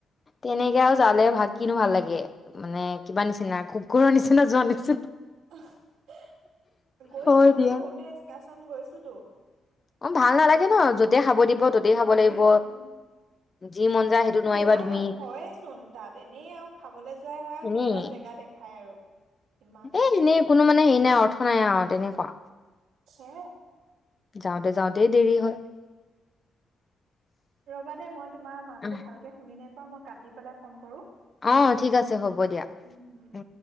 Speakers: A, on the left (about 35°); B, on the right (about 80°).
A: তেনেকেও জালে ভাত কিনো ভাল লাগে মানে কিবা নিচিনা কুকুৰৰ নিচিনা যোৱা নিচ
B: গৈছো,
A: হয়
B: আমিও
A: দিয়া
B: সৰুতে এক্সকাৰচন গৈছোতো।
A: অ ভাল নালাগে ন য'তে খাব দিব
B: ভাল
A: ততেই
B: নালাগে
A: খাব লাগিব।
B: উম,
A: যি মন যায় সেইটো নোৱাৰিবা
B: পুৰা
A: তুমি
B: না হয় চোন তাত এনেই আৰু খাবলৈ যোৱাই হয় আৰু
A: এনেই
B: কিবা এটা জেগা দেখাই আৰু ইমানেহে
A: এ এনেই কোনো মানে হেৰি নাই অৰ্থ নাই আৰু তেনেকুৱা।
B: সে
A: যাওঁতে যাওঁতেই দেৰি হয়।
B: ৰবা দে মই তোমাৰ মাততো
A: অ
B: ভালকে শুনি নাইপোৱা মই কাটি পেলাই ফোন কৰো।
A: অ ঠিক আছে হ'ব দিয়া
B: উম
A: উ,